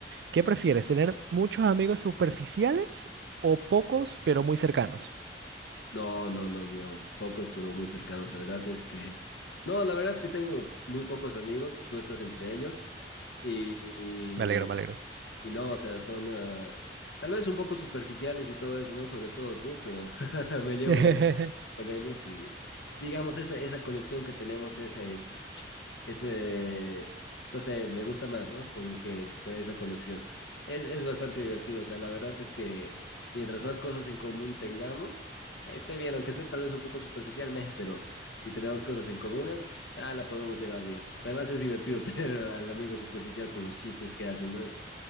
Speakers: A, on the right; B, on the left.
A: ¿Qué prefieres, tener muchos amigos superficiales o pocos pero muy cercanos?
B: No, no, no, mío. Pocos, pero muy cercanos. La verdad es que... No, la verdad es que tengo muy pocos amigos. Tú estás entre ellos. Y,
A: <laughs> Me alegro,
B: y,
A: me alegro.
B: y no, o sea, son... ah, Tal vez un poco superficiales y todo eso, ¿no? Sobre todo tú, pero <laughs> me llevo,
A: <laughs>
B: me con ellos y digamos, esa, esa conexión que tenemos, esa es, es eh, no sé, me gusta más, ¿no? Como que con esa conexión. Es, es bastante divertido, o sea, la verdad es que mientras más cosas en común tengamos, esté bien, aunque sea tal vez un poco superficial, meh, pero si tenemos cosas en comunes, ah, la podemos llevar bien. Además es divertido <laughs> tener al amigo superficial por los chistes que hacen, ¿no? Es,